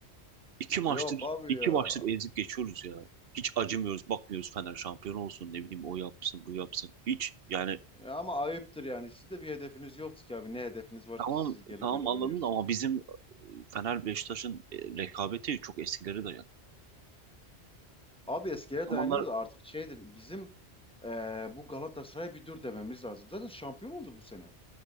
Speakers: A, on the right; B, in the centre.
A: İki maçtır
B: Yok abi
A: iki
B: ya.
A: maçtır ezip geçiyoruz ya. Hiç acımıyoruz, bakmıyoruz Fener şampiyon olsun ne bileyim o yapsın bu yapsın. Hiç yani
B: Ya ama ayıptır yani. Siz de bir hedefiniz yoktu ki abi. Ne hedefiniz var
A: Tamam
B: ki siz gelip
A: tamam
B: böyle
A: anladım
B: oynuyorsunuz.
A: da ama bizim Fener Beşiktaş'ın e, rekabeti çok eskilere dayanıyor.
B: Abi eskiye
A: O zamanlar
B: dayanıyor da artık şeydir bizim eee, bu Galatasaray'a bir dur dememiz lazım. Zaten şampiyon oldu bu sene.